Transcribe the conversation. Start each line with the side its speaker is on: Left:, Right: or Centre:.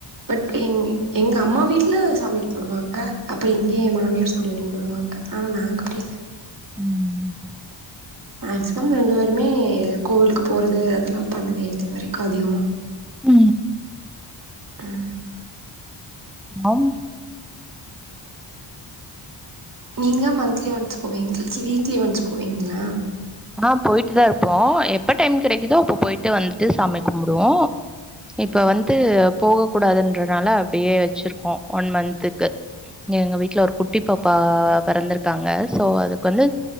Right: பட் எங் எங்க அம்மா வீட்ல சாமி கும்புடுவாங்க அப்ப இங்க
Centre: ம்.
Right: ஏ மாமியார் சாமி கும்முடுவாங்க ஆனா நாங்க அப்டி இல்ல
Centre: உம்
Right: மேக்சிமம் ரெண்டு வேருமே கோவிலுக்கு போறது அதெல்லா பண்ணதே இது வரைக்கு அதிகமா
Centre: உ
Right: ம்
Centre: ஹலோ
Right: நீங்க மந்த்லி ஒன்ஸ் போவீங் சீ வீக்லி ஒன்ஸ் போவீங்களா
Centre: ஆ போய்ட்டு தா இருப்போ எப்ப டைம் கெடைக்குதோ அப்ப போய்ட்டு வந்துட்டு சாமி கும்புடுவோ இப்ப வந்து போக கூடாதுன்றனால அப்டியே வச்சிருக்கோ ஒன் மந்த்துக்கு எங்க வீட்ல ஒரு குட்டி பாப்பா பெறந்துருக்காங்க சோ அதுக்கு வந்து